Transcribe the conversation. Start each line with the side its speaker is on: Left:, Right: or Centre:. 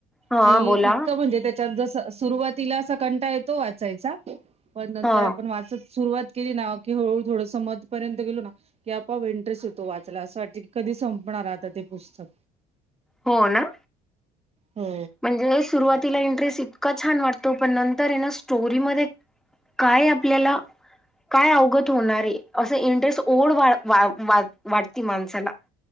Centre: हा
Right: कि
Centre: बोला
Right: इतकं म्हणजे त्याच्यात जस सुरुवातीला असा कंटा येतो वाचायचा. पण नंतर
Centre: हा
Right: आपण वाचत सुरुवात केली ना की हळूहळू थोडंस मत पर्यंत गेलो ना की आप आपोआप इंरेस्ट येतो तो वाचाला असं वाटते की कधी संपणार आता ते पुस्तक.
Centre: हो ना!
Right: हो!
Centre: म्हणजे सुरुवातीला इंटरेस्ट इतका छान वाटतो, पण नंतर हे ना स्टोरीमध्ये काय आपल्याला. काय अवगत होणार हे, असं इंटरेस्ट ओढ वा-वा-वा वाटती माणसाला.